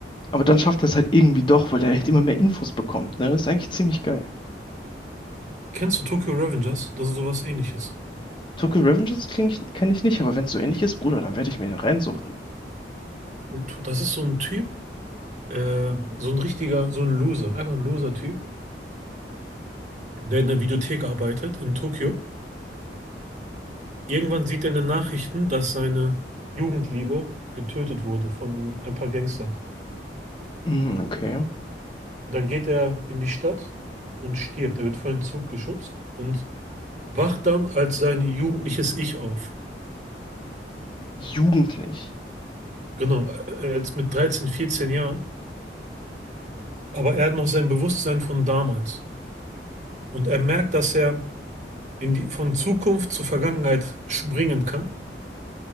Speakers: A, on the left (about 25°); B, on the right (about 40°).
A: Aber dann schafft er es halt irgendwie doch, weil er halt immer mehr Infos bekommt. Ne? Das ist eigentlich ziemlich geil.
B: Kennst du Tokyo Revengers? Das ist sowas ähnliches.
A: Tokyo Revengers kenne ich nicht, aber wenn es so ähnlich ist, Bruder, dann werde ich mir den reinsuchten.
B: Und das ist so ein Typ, äh, so ein richtiger, so ein Loser, einfach ein Loser-Typ, der in der Videothek arbeitet in Tokio. Irgendwann sieht er in den Nachrichten, dass seine Jugendliebe getötet wurde von ein paar Gangstern.
A: Mm, okay.
B: Dann geht er in die Stadt und stirbt. Er wird vor einen Zug geschubst und wacht dann als sein jugendliches Ich auf.
A: Jugendlich.
B: Genau, äh, äh, als mit 13, 14 Jahren. Aber er hat noch sein Bewusstsein von damals. Und er merkt, dass er in die, von Zukunft zur Vergangenheit springen kann.